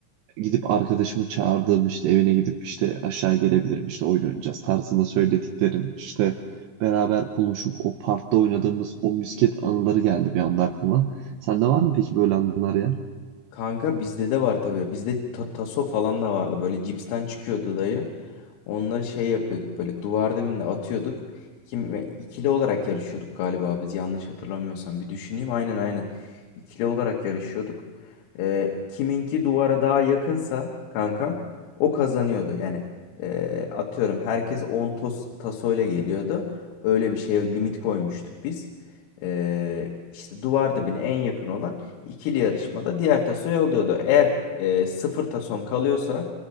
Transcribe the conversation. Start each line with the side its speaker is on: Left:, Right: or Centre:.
Right: Gidip arkadaşımı çağırdığım işte evine gidip işte aşağı gelebilirim işte oyun oynayacağız tarzında söylediklerim. işte beraber buluşup o parkta oynadığımız o misket anıları geldi bir anda aklıma. Sende var mı peki böyle anılar ya?
Left: Kanka bizde de var tabii. Bizde ta- taso falan da vardı. Böyle cipsten çıkıyordu dayı. Onları şey yapıyorduk böyle duvarda birine atıyorduk. Kim ve ikili olarak yarışıyorduk galiba biz yanlış hatırlamıyorsam. Bir düşüneyim aynen aynen. İkili olarak yarışıyorduk. Ee, kiminki duvara daha yakınsa kankam o kazanıyordu. Yani e, atıyorum herkes 10 tos, tasoyla geliyordu. Öyle bir şeye limit koymuştuk biz. Ee, işte duvar dibine en yakın olan ikili yarışmada diğer tasoyu alıyordu. Eğer e, sıfır tason kalıyorsa